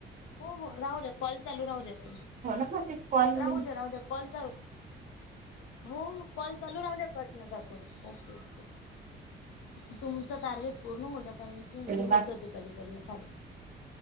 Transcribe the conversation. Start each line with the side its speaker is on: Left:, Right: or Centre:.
Left: हो हो राहू दे कॉल चालू राहू देेत
Right: हो ना हा तेच कॉल
Left: राहू
Right: नाही
Left: दे राहू दे कॉल चालू हो कॉल चालू राहू द्या पटना काकूर ओके ओके तुमचं टार्गेट पूर्ण होद्या कारण की म्हणजे
Right: बाकी
Left: होत ते कधी कधी एखाद्या